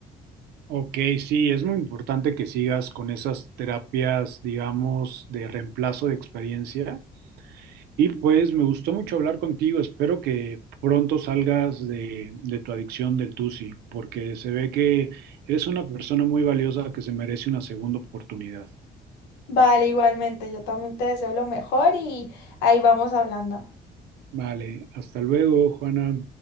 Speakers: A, on the right; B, on the left.
A: Ok, sí, es muy importante que sigas con esas terapias, digamos, de reemplazo de experiencia. Y pues me gustó mucho hablar contigo. Espero que pronto salgas de, de tu adicción del TUSI, porque se ve que eres una persona muy valiosa que se merece una segunda oportunidad.
B: Vale, igualmente, yo también te deseo lo mejor y ahí vamos hablando.
A: Vale, hasta luego, Juana.